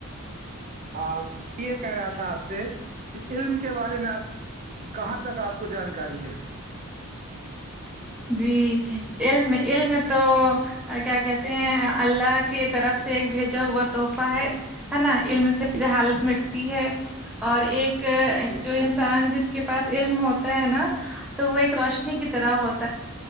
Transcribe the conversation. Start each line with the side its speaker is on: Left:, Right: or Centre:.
Right: ہاں یہ کہہ رہا تھا آپ سے کہ علم کے بارے میں آپ کہاں تک آپ کو جانکاری ہے
Centre: جی ایل میں ایل میں تو کیا کہتے ہیں اللہ کی طرف سے ایک بھیجا ہوا تحفہ ہے ہے نا علم سے جہالت مٹتی ہے اور ایک
Right: بے
Centre: جو
Right: شک
Centre: انسان جس کے پاس علم ہوتا ہے نا تو وہ ایک روشنی کی طرح ہوتا